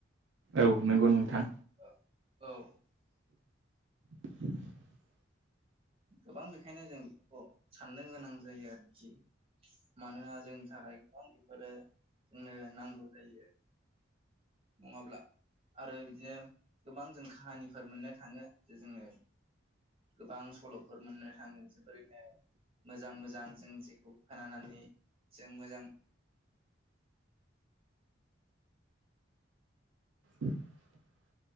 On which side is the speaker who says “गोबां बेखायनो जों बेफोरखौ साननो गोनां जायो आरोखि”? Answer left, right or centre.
Right